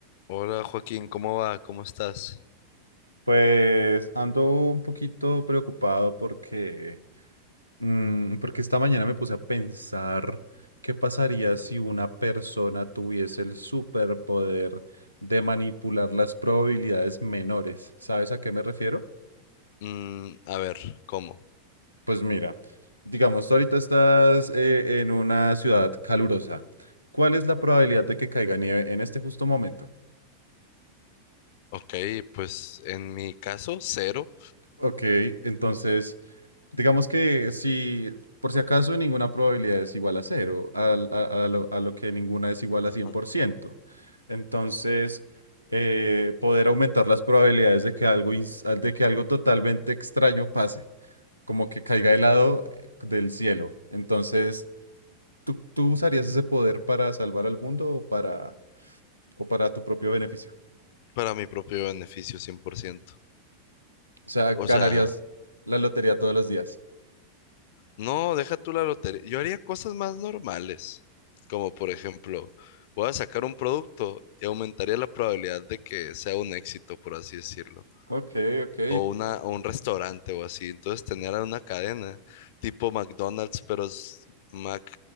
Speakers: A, on the left; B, on the right.
A: Hola Joaquín, ¿cómo va? ¿Cómo estás?
B: Pues ando un poquito preocupado porque, mm, porque esta mañana me puse a pensar qué pasaría si una persona tuviese el superpoder de manipular las probabilidades menores. ¿Sabes a qué me refiero?
A: Mm, a ver, ¿cómo?
B: Pues mira, digamos, tú ahorita estás eh, en una ciudad calurosa. ¿Cuál es la probabilidad de que caiga nieve en este justo momento?
A: Ok, pues en mi caso, cero.
B: Ok, entonces... Digamos que si por si acaso ninguna probabilidad es igual a cero, al- a, a lo, a lo que ninguna es igual
A: Ajá.
B: a cien por ciento Entonces, eh, poder aumentar las probabilidades de que algo, ins- de que algo totalmente extraño pase, como que caiga helado eh, del cielo. Entonces, ¿tú, tú usarías ese poder para salvar al mundo o para, o para tu propio beneficio?
A: Para mi propio beneficio, 100%.
B: O sea,
A: O
B: ganarías
A: sea,
B: la lotería todos los días.
A: no, deja tú la lotería. Yo haría cosas más normales, como por ejemplo, voy a sacar un producto y aumentaría la probabilidad de que sea un éxito, por así decirlo.
B: Ok, ok.
A: o, una, o un restaurante o así. Entonces tener una cadena tipo McDonald's, pero es Mac